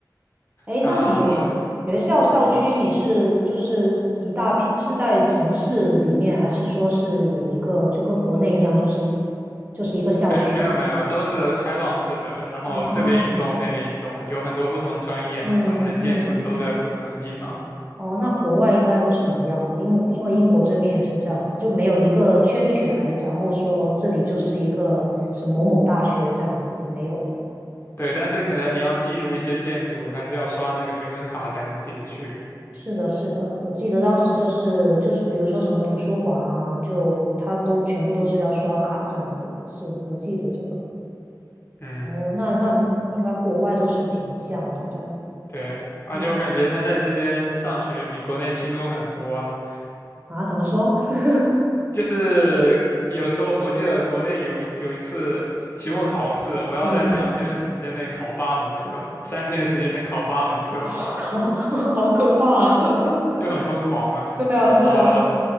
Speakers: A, on the right; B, on the left.
A: 哎，
B: 啊，
A: 那你学校校区你是就是一大批是在城市里面，
B: 我嗯
A: 还是说是有一个就跟国内一样，就是就是一个校区？
B: 没有没有没有，都是开放式的，然后这边一栋那边一栋，
A: 啊，
B: 有很多不同专业嘛，
A: 嗯嗯，
B: 他们的建筑都在不同的地方，
A: 哦，那国外应该都是一样的，因因为英国这边也是这样子，就没有一个圈起来，然后说哦这里就是一个是某某大学这样子，没有的。
B: 对，但是可能你要进入一些建筑，还是要刷那个学生卡才能进得去，
A: 是的，是的，我记得当时就是就是，比如说什么图书馆啊，就他都全部都是要刷卡这样子。是我记得这个。
B: 嗯。
A: 哦，那那应该国外都是挺像的这样。
B: 对，而且我感觉他在这边上学比国内轻松很多啊
A: 嗯，啊，怎么说？<laughs>
B: 就是有时候我记得国内有一有一次期末考试，我要在两天的时间内考八门课，
A: 嗯，
B: 三天时间考八门课，
A: 我靠，<laughs> 好可怕啊 <laughs>
B: 就很疯狂嘛。
A: 对啊，
B: 然后，
A: 对啊，